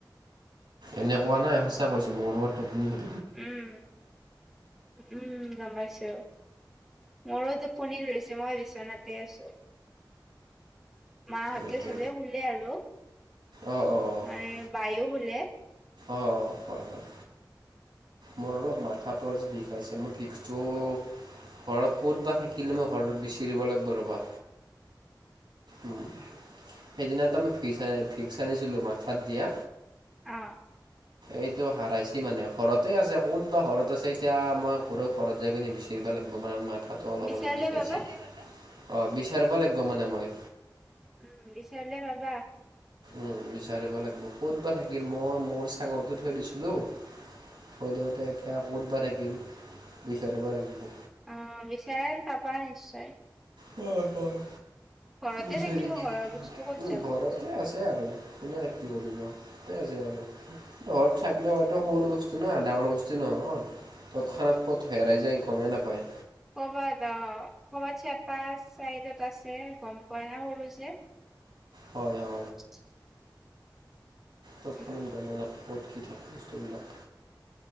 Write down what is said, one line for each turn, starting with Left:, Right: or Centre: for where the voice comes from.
Right: এনে কোৱা নাই, সঁচা কৈছো, মোৰো আৰু টোপনি খ
Centre: উম উম, গম পাইছোঁ। মোৰো টোপনি ধৰিছে, মই বিচনাতে আছোঁ। মাহঁতে
Right: এইটো
Centre: চবে শুলে আৰু,
Right: অ অ অ
Centre: আৰু বাইও শুলে।
Right: অ', হয়, হয়, মোৰ অলপ মা -থাটো আজি বিষাইছে, মোৰ ভিক্সটোও ঘৰত ক'ত বা থাকিলে, মই ঘৰত বিচেৰিব লাগব ৰ'বা। উম, সেইদিনা এটা মই ভিক্স আনিছিলো, মাথাত দিয়া।
Centre: অ'।
Right: এইটো হাৰাইছি মানে, ঘৰতে আছে। ক'ত বা ঘৰত আছে এতিয়া, মই ঘৰো ঘৰত যাই ফালে বিচাৰিম। লাগব', মানে মাথাটো অলপ,
Centre: বিচাৰিলে
Right: অলপ বিষাইছে।
Centre: পাবা
Right: অ', বিচাৰিব লাগব মানে মই।
Centre: উম, বিচাৰিলে পাবা।
Right: উম, বিচাৰিব লাগব। ক'তবা থাকিল, মই মোৰ চাঙতে থৈ দিছিলো। সদ্যহতে এতিয়া ক'তবা থাকিল! বিচাৰিব লাগিব।
Centre: অহ, বিচাৰা, পাবা নিশ্চয়।
Right: হয়, হয়।
Centre: ঘৰতে
Right: বিচাৰিম।
Centre: থাকিব
Right: উম,
Centre: ঘৰৰ বস্তু ক'ত যাব
Right: ঘৰতে আছে আৰু কোনে <unintelligible> ইয়াতে আছে আৰু। ঘৰত থাকলে, এইটো সৰু বস্তু নহ', ডাঙৰ বস্তু নহয়। তৎক্ষণাত ক'ত হেৰাই যায়, গমেই নাপায়।
Centre: কৰ'বাত অহ, কৰ'বাত চেপা চাইডত আছে গম পোৱা নাই সৰু যে
Right: হয়, হয়।
Centre: <inaudible>
Right: তৎক্ষণাত
Centre: উম,
Right: গমেই নাপাওঁ, ক'ত কি থাকে বস্তুবিলাক।